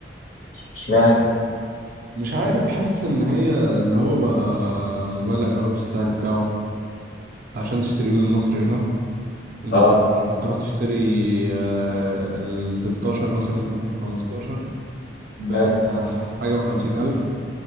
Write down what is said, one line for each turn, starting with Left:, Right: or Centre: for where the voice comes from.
Left: اشمعنى
Right: مش عارف حاسس ان هي ان هو بقى مبالغ قوي في السعر بتاعه عشان تشتريه من مصر هنا انت
Left: أه
Right: هت- هتروح تشتري آه، ال 16 مثلا او ال 15 بحاجة
Left: حلو
Right: وخمسين الف